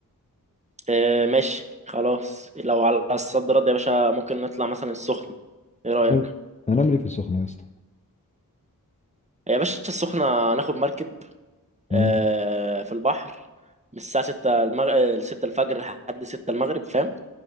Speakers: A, on the right; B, on the left.
A: آه، ماشي خلاص لو على الصد رد يا باشا ممكن نطلع مثلا السخنة ايه رأيك
B: هن- هنعمل ايه في السخنه يا اسطى
A: يا باشا السخنة هناخد مركب آه،
B: مم.
A: في البحر من الساعة 6 المغ... 6 الفجر لحد 6 المغرب فاهم